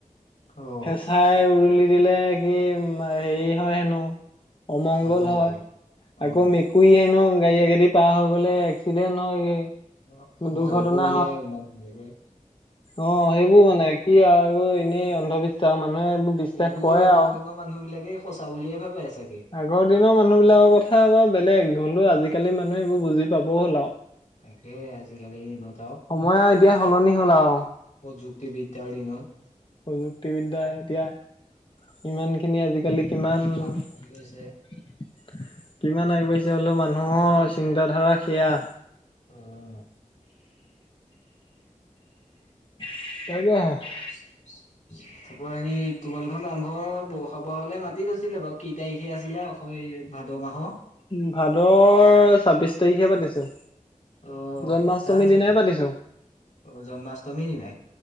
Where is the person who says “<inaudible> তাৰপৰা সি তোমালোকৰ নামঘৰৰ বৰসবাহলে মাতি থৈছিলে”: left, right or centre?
Left